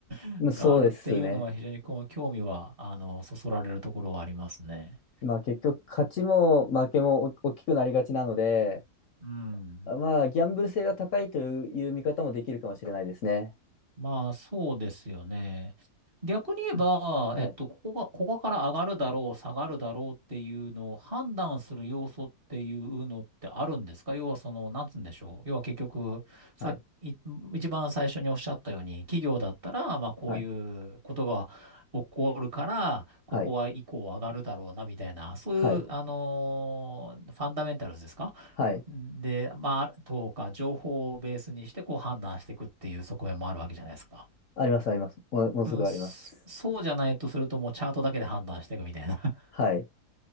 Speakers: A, on the right; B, on the left.
A: <laughs>
B: そうですね。
A: があるっていうのは非常にこう興味は、あの、そそられるところはありますね。
B: まあ結局勝ちも負けもお大きくなりがちなので、
A: うん。
B: まあギャンブル性が高いという見方もできるかもしれないですね。
A: まあ、そうですよね。逆に言えば、
B: うんはい、
A: えっと、ここが、ここから上がるだろう、下がるだろうっていうのを判断する要素っていうのってあるんですか要はその、なんつうんでしょう。要は結局、さっき、
B: はい、
A: い一番最初におっしゃったように、企業だったら、まあ、こういうことが起こるから、
B: はい、
A: ここは以降上がるだろうな、
B: はい、
A: みたいな、そういう、
B: はい、
A: あのーファンダメンタルズですか
B: はい。
A: で、まあ、とか、情報をベースにして、こう判断していくっていう側面もあるわけじゃないですか。
B: あります、あります。もう、もうすぐあります。
A: うん、そそうじゃないとすると、もうチャートだけで判断していくみたいな。<laughs>
B: はい。